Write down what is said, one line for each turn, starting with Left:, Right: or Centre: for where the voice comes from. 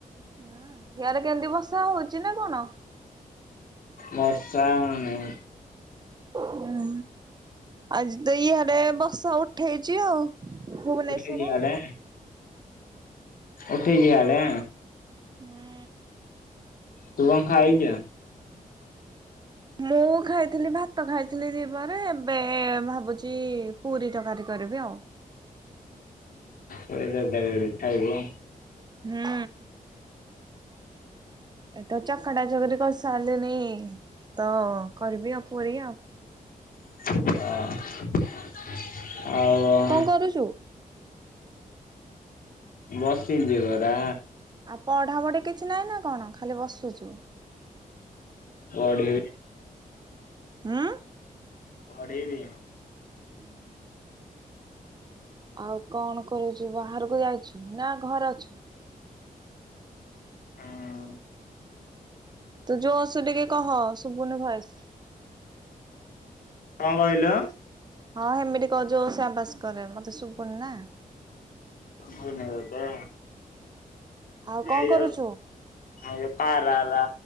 Right: ହଁ ଇଆଡ଼େ କେମିତି ବର୍ଷା ହଉଚି ନା କଣ?
Left: ବର୍ଷା ହେଉନି।
Right: ହୁଁ ଆଜି ତ ଇଆଡେ ବର୍ଷା ଉଠେଇଛି ଆଉ। ଭୁବନେଶ୍ଵର
Left: ଉଠେଇ ଚି ଇଆଡେ
Right: ଆଉ।
Left: ଉଠେଇ ଇଆଡେ।
Right: ହଁ
Left: ତୁ କଣ ଖାଇକି ଆ।
Right: ମୁଁ ଖାଇଥିଲି ଭାତ ଖାଇଥିଲି ଦିପହରେ ଏବେ ଭାବୁଛି ପୁରୀ ତରକାରୀ କରିବି ଆଉ।
Left: ପୁରୀ ତରକାରୀ କରି ଖାଇବୁ।
Right: ହୁଁ ଏଟଚ ଅଟା ଚକଡି କରିସାରିଲିନି ତ କରିବି ଆଉ ପୁରୀ ଆଉ।
Left: ହ ହଉ ଆଉ।
Right: କରୁଛୁ।
Left: ବସିଚି ପରା।
Right: ଆଉ ପଢା ପଢି କିଛି ନାଇଁ ନା କଣ? ଖାଲି ବସୁଛୁ।
Left: ପଢ଼ିବି।
Right: ହୁଁ
Left: ପଢିବି।
Right: ହୁଁ ହୁ ଆଉ କଣ କରୁଛୁ? ବାହାରକୁ ଯାଇଛୁ ନା ଘରେ ଅଛୁ?
Left: ହଁ
Right: ତୁ ଜୋରସେ ଟିକେ କହ ଶୁଭୁନି ଭଏସ।
Left: କଣ କହିଲ?
Right: ହଁ ହେମିତି କ ଯୋର ସେ ଆବାଜ୍ କରେ ମୋତେ ଶୁଭୁନି ନା।
Left: ଶୁଭୁନି ତତେ।
Right: ଆଉ କଣ
Left: ଏଇ
Right: କରୁଛୁ?
Left: ଯୋ ଏଇ ପାରା ରା